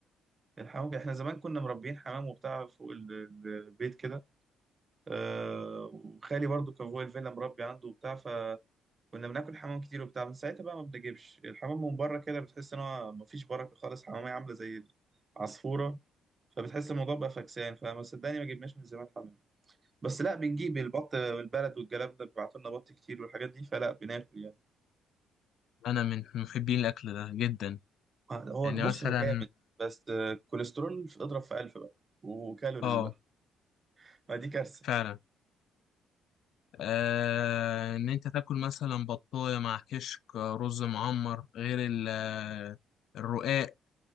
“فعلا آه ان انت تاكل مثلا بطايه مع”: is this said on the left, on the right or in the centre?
Left